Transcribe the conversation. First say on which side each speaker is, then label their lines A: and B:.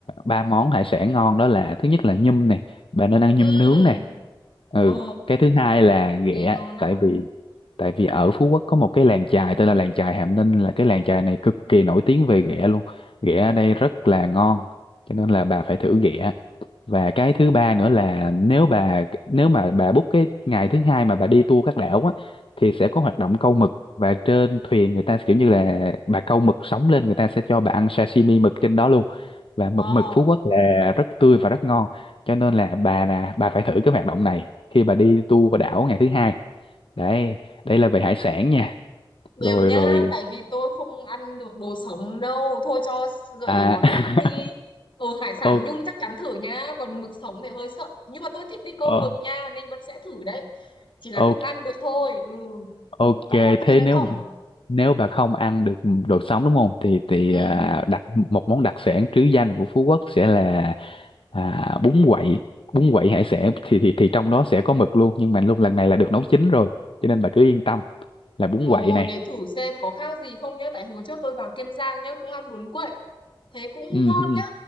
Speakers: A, on the left (about 85°); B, on the left (about 65°).
A: ba món hải sản ngon đó là thứ nhất là nhum này, bà nên ăn nhum
B: Ừ,
A: nướng này. Ừ,
B: ồ,
A: cái thứ hai là ghẹ
B: nghe ngon đó.
A: tại vì tại vì ở Phú Quốc có một cái làng chài tên là làng chài Hàm Ninh là cái làng chài này cực kỳ nổi tiếng về ghẹ luôn. Ghẹ ở đây rất là ngon cho nên là bà phải thử ghẹ và cái thứ ba nữa là nếu bà nếu mà bà book cái ngày thứ hai mà bà đi tour các đảo á thì sẽ có hoạt động câu mực và trên thuyền người ta kiểu như là bà câu mực sống lên người ta sẽ cho bà ăn sashimi mực trên đó luôn và mực
B: Ồ,
A: mực Phú Quốc là rất tươi và rất ngon cho nên là bà nè bà phải thử cái hoạt động này khi bà đi tour qua đảo ngày thứ hai đấy đây là về hải sản nha
B: đều
A: rồi
B: nhá,
A: rồi
B: tại vì tôi không ăn được đồ sống đâu. Thôi cho gợi
A: à
B: ý món khác đi. Ừ, hải sản
A: <laughs>
B: nhung
A: ok
B: chắc chắn thử nhá, còn mực sống thì hơi sợ. Nhưng mà tôi thích đi câu
A: Ờ,
B: mực nha, nên vẫn sẽ thử đấy. Chỉ là
A: ok
B: không ăn được thôi. Ừ,
A: Ok,
B: có món
A: thế
B: gì nữa
A: nếu
B: không?
A: nếu bà không ăn được đồ sống đúng không? Thì thì
B: Ừ,
A: à, đặc một món đặc sản trứ danh của Phú Quốc sẽ là à, bún quậy, bún quậy hải sản thì thì thì trong đó sẽ có mực luôn, nhưng mà luôn lần này là được nấu chín rồi, cho nên bà cứ yên tâm là bún
B: ồ,
A: quậy này.
B: để thử xem có khác gì không nhá. Tại hồi trước tôi vào Kiên Giang nhá, cũng ăn bún quậy. Thế cũng
A: Ừ,
B: ngon
A: ừ,
B: nhá.